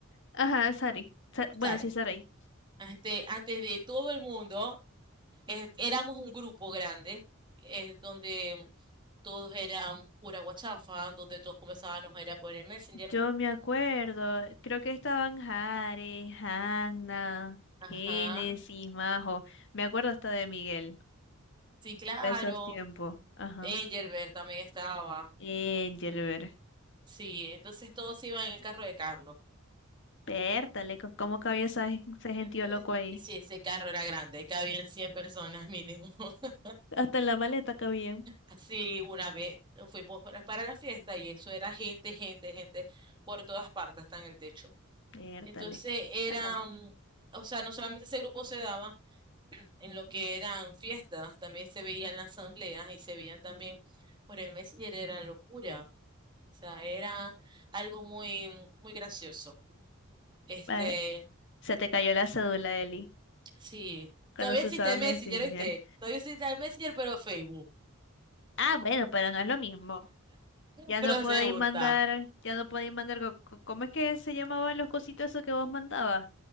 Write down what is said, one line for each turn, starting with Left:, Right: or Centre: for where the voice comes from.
Left: Ajá, Sari. Sa- bueno,
Right: Sara.
Left: sí, Saray.
Right: Este, antes de todo el mundo, eh, éramos un grupo grande, eh, donde todos eran pura guachafa, donde todos comenzábamos era por el Messenger.
Left: Yo me acuerdo, creo que estaban Jare, Hanna,
Right: Ajá,
Left: Génesis, Majo. Me acuerdo hasta de Miguel,
Right: sí, claro.
Left: de esos tiempos. Ajá.
Right: Engelbert también estaba.
Left: Engelbert.
Right: Sí, entonces todos iban en el carro de Carlos.
Left: Pértale, co- ¿cómo cabía esa- ese gentío
Right: Eh,
Left: loco ahí?
Right: Sí, ese carro era grande, cabían 100 personas mínimo. <laughs>
Left: Hasta en la maleta cabía.
Right: Así una vez fuimos para, para la fiesta y eso era gente, gente, gente por todas partes, hasta en el techo.
Left: Pértale.
Right: Entonces era,
Left: Ajá.
Right: mm, o sea, no solamente ese grupo se daba en lo que eran fiestas, también se veían las asambleas y se veían también por el Messenger, era locura. O sea, era algo muy, muy gracioso. Este,
Left: Eh, se te cayó la cédula, Eli,
Right: Sí,
Left: cuando
Right: todavía
Left: se
Right: existe
Left: usaba Messenger.
Right: Messenger, ¿viste? Todavía existe Messenger, pero Facebook.
Left: Ah, bueno, pero no es lo mismo. Ya
Right: Pero
Left: no podéis
Right: se usa.
Left: mandar, ya no podéis mandar, co- co- ¿cómo es que se llamaban los cositos esos que vos mandabas?